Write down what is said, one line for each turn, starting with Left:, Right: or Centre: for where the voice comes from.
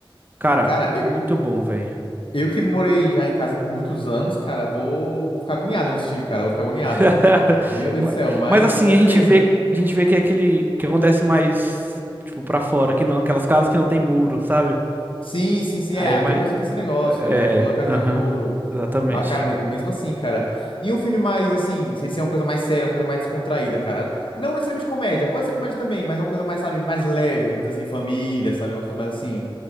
Right: Cara,
Left: Cara,
Right: muito
Left: eu,
Right: bom, velho.
Left: eu que morei já em casa por muitos anos, cara, vou, vou ficar agoniado nesse time, cara. Vou ficar agoniado.
Right: <laughs>
Left: Meu Deus
Right: Ma-
Left: do céu, mas,
Right: Mas assim,
Left: mas
Right: a gente
Left: beleza.
Right: vê, a gente vê que é aquele que acontece mais, tipo, pra fora, que não, aquelas casas que não tem muro, sabe?
Left: Sim, sim, sim.
Right: Aí
Left: É, aqui
Right: é mais.
Left: no Brasil tem esse negócio,
Right: É,
Left: na verdade. Toda casa
Right: aham,
Left: tem muro.
Right: exatamente.
Left: Mas, cara, me- mesmo assim, cara. E um filme mais, assim, sem ser uma coisa mais séria, uma coisa mais descontraída, cara. Não necessariamente comédia, pode ser comédia também, mas uma coisa mais, sabe, mais leve, vamos dizer assim, família, sabe, um negócio mais assim.